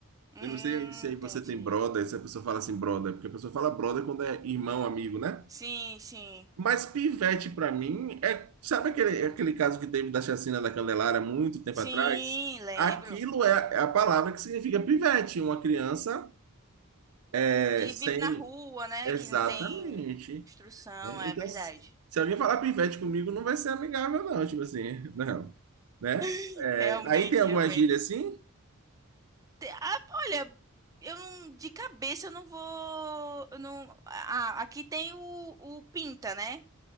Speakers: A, on the right; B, on the right.
A: hum,
B: Eu não sei aí se aí
A: entendi.
B: você tem brother, se a pessoa fala assim, brother, porque a pessoa fala brother quando é irmão, amigo, né?
A: Sim, sim.
B: Mas pivete, pra mim, é. Sabe aquele, aquele caso que teve da chacina da Candelária muito tempo
A: Sim,
B: atrás?
A: lembro,
B: Aquilo
A: lembro.
B: é a palavra que significa pivete, uma criança é,
A: Que
B: sem.
A: vive na rua, né?
B: Exatamente.
A: Que não tem instrução,
B: né?
A: é
B: Então,
A: verdade.
B: se se alguém falar pivete comigo, não vai ser amigável, não, tipo assim, <laughs> não. Né?
A: <laughs>
B: É,
A: Realmente,
B: aí tem alguma
A: realmente.
B: gíria assim?
A: Te- Ah, olha, eu não, de cabeça eu não vou. Eu não, ah, aqui tem o, o Pinta, né?